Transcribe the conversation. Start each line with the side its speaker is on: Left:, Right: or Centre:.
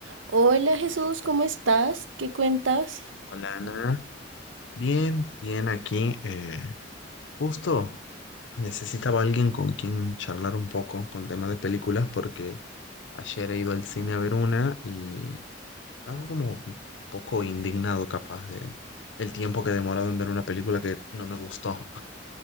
Right: Hola Jesús, ¿cómo estás? ¿Qué cuentas?
Left: Hola Ana, bien, bien aquí. eh, justo necesitaba alguien con quien charlar un poco con temas de películas porque ayer he ido al cine a ver una y estaba como un poco indignado capaz de el tiempo que he demorado en ver una película que no me gustó.